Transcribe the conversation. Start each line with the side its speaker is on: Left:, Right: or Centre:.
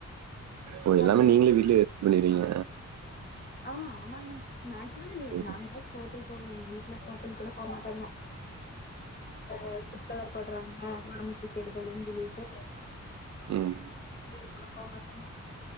Right: ஓ எல்லாமே
Left: அதனால
Right: நீங்களே வீட்லயே <unintelligible> பண்ணிருவிங்க
Left: ஆ ஆமாங்க மேக்சிமம்
Right: சேரி
Left: நாங்களாச்சு ஹோட்டல் போவோ எங்க வீட்ல ஹோட்டல் கூட போமாட்டாங்க ஆ ஃபுட் கலர் போட்றாங்க ஒடம்புக்கு கெடுதலன்னு சொல்லிட்டு
Right: ம்
Left: வெளிய கூட போ மாட்டாங்க